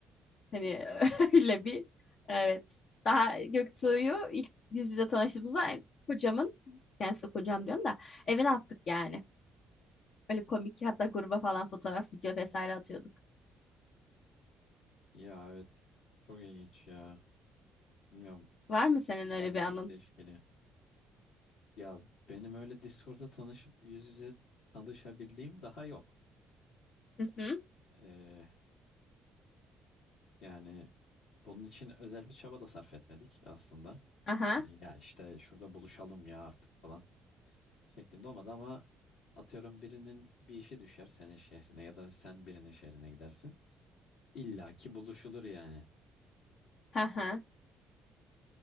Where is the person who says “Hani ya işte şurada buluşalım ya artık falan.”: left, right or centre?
Left